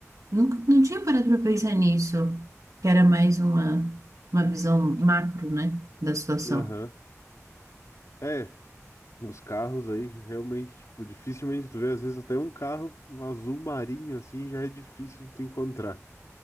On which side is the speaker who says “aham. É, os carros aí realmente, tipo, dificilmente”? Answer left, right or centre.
Left